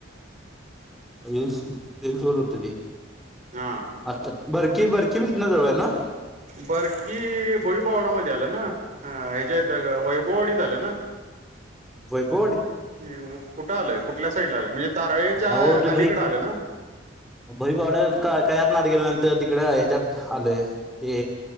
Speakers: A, in the centre; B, on the right.
A: रिल्स रिल्सवर होत ते.
B: हा
A: अचछ बरकी बरकी बी जितना जवळ आहे ना.
B: बरकी भोईभवडामध्येध्ये आलं ना, ह्याच्यात वैभवाडीत आलं ना?
A: वै बोर्ड.
B: कुठं आलंय कुठल्या साईडला आलं म्हणजे तारळेच्या
A: अहो ते
B: अलीकडे आलंय ना?
A: भई <unintelligible> गड कायत ना आत गेल्या नंतर तिकडे ह्याच्यात आलंय ते.